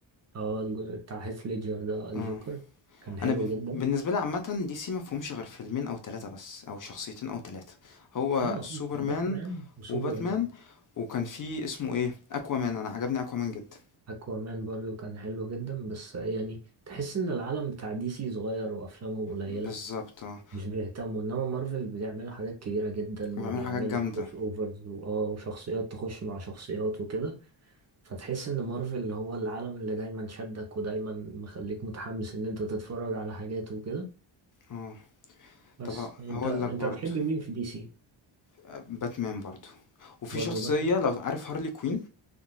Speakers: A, on the right (about 35°); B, on the left (about 40°).
A: اه الجزء بتاع هيث ليدجر ده الجوكر
B: اه
A: كان حلو
B: انا ب...
A: جدا
B: بالنسبة لي عامة دي سي ما فيهمش غير فيلمين او ثلاثة بس او شخصيتين او ثلاثة هو
A: اه
B: سوبرمان
A: باتمان وسوبرمان
B: وباتمان وكان في اسمه ايه اكوامان انا عجبني اكوامان جدا
A: اكوامان برضه كان حلو جدا بس يعني تحس ان العالم بتاع دي سي صغير وافلامهم قليلة
B: بالظبط اه
A: مش بيهتموا انما مارفل بتعمل حاجات كبيرة جدا
B: وبيعمل
A: وبيعملوا
B: حاجات جامدة
A: كروس اوفرز واه وشخصيات تخش مع شخصيات وكده فتحس ان مارفل هو العالم اللي دايما شدك ودايما مخليك متحمس ان انت تتفرج على حاجات وكده
B: اه
A: بس
B: طب ه-
A: انت
B: هقول
A: انت
B: لك برضو
A: بتحب مين في دي سي
B: آه، باتمان برضو وفي
A: برضو
B: شخصية
A: باتمان
B: لو عارف هارلي كوين